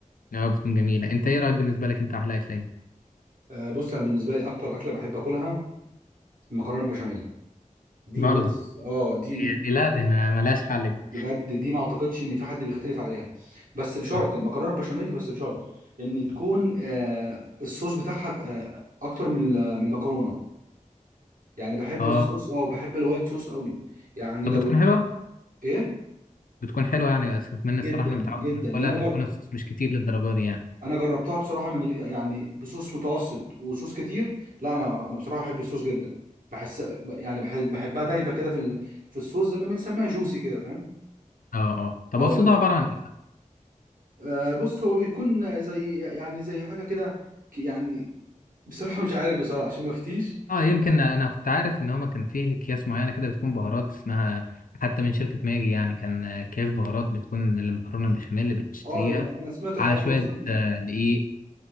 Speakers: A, on the left (about 80°); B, on the right (about 80°).
A: اه بتكون جميلة انت ايه رأيك بالنسبة لك انت احلى اكلة ايه
B: آه بص انا بالنسبه لي اكتر اكله بحب اكلها المكرونه البشاميل دي
A: برضه
B: بص اه دي
A: هي دي لا دي ما ملهاش حل دي
B: بجد دي ما اعتقدش ان في حد بيختلف عليها بس بشرط
A: اه
B: المكرونه البشاميل بس بشرط ان تكون آه الصوص بتاعها آه اكتر من ال- من المكرونه يعني بحب
A: آه.
B: الصوص اه بحب الوايت صوص قوي يعني
A: طب
B: لو
A: بتكون حلوة
B: ايه
A: بتكون حلوة يعني بس اتمنى
B: جدا
A: الصراحة انا متعود
B: جدا يعني
A: ولا
B: انا
A: بتكون
B: جرب
A: الصوص مش كتير للدرجة دي يعني
B: انا جربتها بصراحه من غ- يعني بصوص متوسط وصوص كتير لا انا انا بصراحه بحب الصوص جدا بحس ب- يعني بحب بحبها دايبه كده في ال- في الصوص زي ما بنسميها جوسي كده فاهم
A: اه اه طب
B: اه
A: هو الصوص ده عبارة عن ايه
B: آه، بص هو بيكون زي يعني زي حاجه كده ك- يعني بصراحه مش عارف بصراحه عشان ما افتيش
A: اه يمكن انا كنت عارف ان هما كان فيه اكياس معينة كده بتكون بهارات اسمها حتى من شركة ماجي يعني كان اكياس بهارات بتكون المكرونة البشاميل اللي بتشتريها
B: اه انا سمعت الحوار
A: على شوية
B: ده بس أنا-
A: آه، دقيق